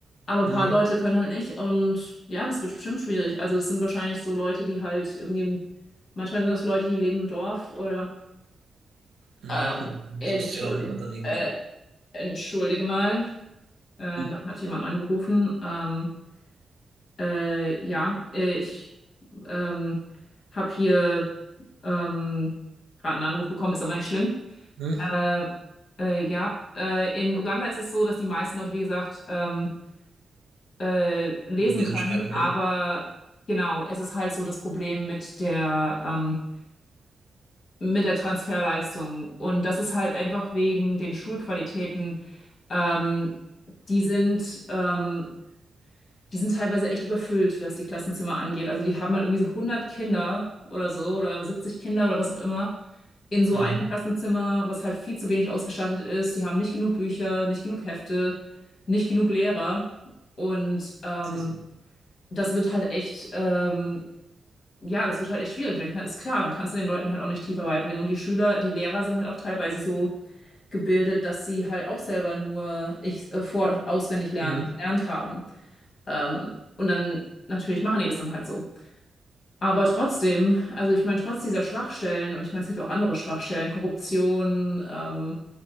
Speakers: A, on the left; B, on the right.
A: aber ein
B: Hm,
A: paar Leute können halt nicht und ja, das wird bestimmt schwierig. Also es sind wahrscheinlich so Leute, die halt irgendwie, im- manchmal sind das Leute, die leben im Dorf oder
B: hm,
A: Ähm,
B: hm.
A: entschuldige,
B: Sagst, sie haben dann irgendwer.
A: äh, entschuldige mal, äh,
B: Hm,
A: da hat jemand angerufen. Ähm, äh, ja, äh, ich ähm, habe hier ähm, gerade einen Anruf bekommen, ist aber nicht schlimm.
B: hm.
A: Äh, äh, ja, äh, in Uganda ist es so, dass die meisten Leute, wie gesagt, ähm, äh, lesen
B: Lesen
A: können,
B: und schreiben können.
A: aber genau, es ist halt so das Problem mit der ähm, mit der Transferleistung. Und das ist halt einfach wegen den Schulqualitäten. Ähm, die sind, ähm, die sind teilweise echt überfüllt, was die Klassenzimmer angeht. Also die haben dann irgendwie so 100 Kinder oder so oder 70 Kinder oder was auch immer in
B: Hm,
A: so einem Klassenzimmer, was halt viel zu wenig ausgestattet ist. Die haben nicht genug Bücher, nicht genug Hefte, nicht genug Lehrer. Und ähm,
B: das ist
A: das wird halt echt ähm, ja, das wird halt echt schwierig. Dann kann, ist klar, dann kannst du den Leuten halt auch nicht tiefer beibringen. Und die Schüler, die Lehrer sind halt auch teilweise so gebildet, dass sie halt auch selber nur ich, äh, vor, auswendig lernen,
B: es.
A: gelernt haben. Ähm, und dann natürlich machen die das dann halt so. Aber trotzdem, also ich meine, trotz dieser Schwachstellen, und ich meine, es gibt auch andere Schwachstellen, Korruption, ähm,